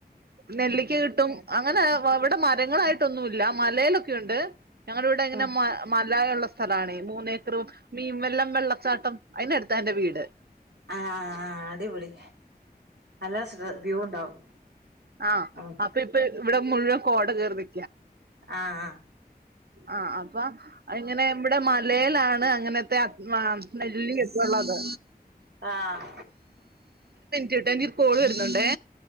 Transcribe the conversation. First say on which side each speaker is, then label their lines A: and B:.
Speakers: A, on the right (about 70°); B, on the right (about 85°).
A: നെല്ലിിക്ക കിട്ടും അങ്ങനെ ഇവിടെ മരങ്ങളായിട്ടൊന്നുമല്ല മലയിലൊക്കെുണ്ട് ഞങ്ങളുടെ ഇവിടെ എങ്ങനെ
B: ആഹ്
A: മ മലായ ഉള്ള സ്ഥലണ മൂന്നേഏക്കറും മീൻ വെല്ലം വെള്ളച്ചാട്ടം അതിനന് എടുത്ത എന്റെ വീട്
B: ആഹ് അടിപൊളി നല്ല ശ് വ്യൂ ഉണ്ടാവും
A: ആഹ്ആ
B: ആഹ്
A: അപ്പ ഇപ്പൊ ഇവിടെ മുഴുവൻ കോട കയറി
B: ആഹ് ആഹ്ആ
A: ആഹ്ആ അപ്പ ഇങ്ങനെ ഇവിടെ മലയിലാണ് അങ്ങനത്തെമെല്ലക്കുള്ളത്
B: ആഹ്
A: ചട്ടാീ കോൾ വരുന്നുണ്ടേ